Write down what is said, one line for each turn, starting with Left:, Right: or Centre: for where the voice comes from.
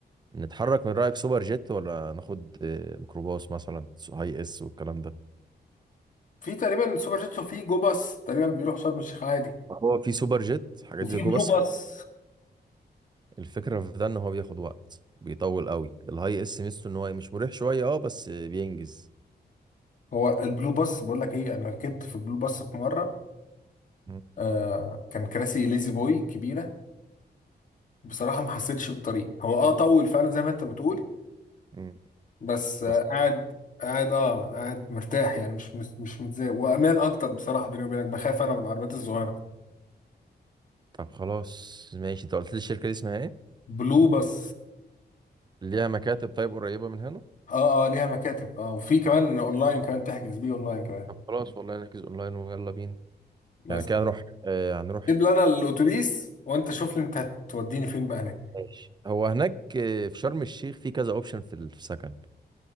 Right: نتحرك من رأيك سوبر جيت ولا ناخد آه، ميكروباص مثلا هاي اس والكلام ده
Left: في تقريبا سوبر جيتسو في جو باص تقريبا بيروح شرم الشيخ عادي
Right: هو في سوبر جيت حاجات
Left: وفي
Right: زي جو
Left: بلو
Right: بس
Left: باص
Right: الفكرة في ده ان هو بياخد وقت بيطول قوي الهاي اس ميزته ان هو مش مريح شوية اه بس بينجز
Left: هو البلو باص بقول لك ايه انا ركبت في بلو باص في مره
Right: مم.
Left: آه كان كراسي ليزي بوي كبيره بصراحه ما حسيتش بالطريق هو اه طول فعلا زي ما انت بتقول
Right: مم.
Left: بس آه
Right: بس
Left: قاعد قاعد اه قاعد مرتاح يعني مش مش, مش متضايق وامان اكتر بصراحه بيني وبينك بخاف انا من العربيات الصغيره
Right: طب خلاص ماشي انت قلت لي الشركة دي اسمها ايه؟
Left: بلو باص
Right: ليها مكاتب طيب قريبة من هنا؟
Left: اه اه ليها مكاتب اه وفي كمان اونلاين كمان تحجز بيه اونلاين كمان
Right: طب خلاص والله نحجز اونلاين ويلا بينا
Left: بس
Right: يعني كده هنروح آه هنروح
Left: جيب لي انا الاتوبيس وانت شوف لي انت هتوديني فين بقى هناك
Right: ماشي هو هناك آه في شرم الشيخ في كذا اوبشن في السكن